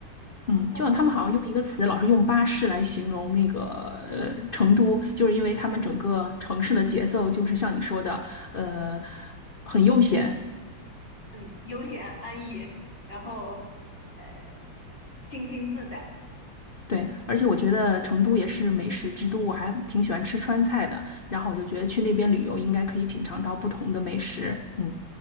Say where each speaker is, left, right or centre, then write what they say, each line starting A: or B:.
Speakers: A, on the left (about 30°); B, on the left (about 85°).
A: 然后
B: 嗯，就像他们好像用一个词，老是用巴士来形容那个呃成都，就是因为他们整个城市的节奏就是像你说的，
A: 对，
B: 呃，很悠闲。
A: 嗯，悠闲安逸，然后呃，清新自在。
B: 对，而且我觉得成都也是美食之都，我还挺喜欢吃川菜的。然后我就觉得去那边旅游应该可以品尝到不同的美食。嗯，